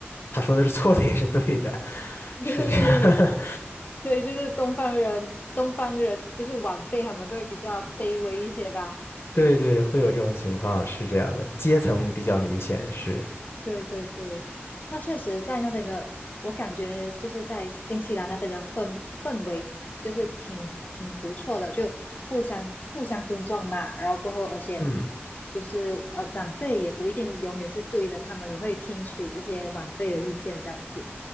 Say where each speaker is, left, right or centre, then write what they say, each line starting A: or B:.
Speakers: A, on the left; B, on the left.
A: 他说的是错的也是对的，<laughs>
B: <laughs>
A: 是这样。
B: 对，
A: <laughs>
B: 所以就是东方人，东方人就是晚辈，他们都会比较卑微一些吧。
A: 对对，会有这种情况，是这样的，阶层比较明显，是，
B: 对对对，那确实在那边的，我感觉就是在新西兰那边的氛氛围就是挺挺不错的，就互相互相尊重嘛，然后过后而且
A: 嗯，
B: 就是呃长辈也不一定永远是对的，他们也会听取这些晚辈的意见这样子，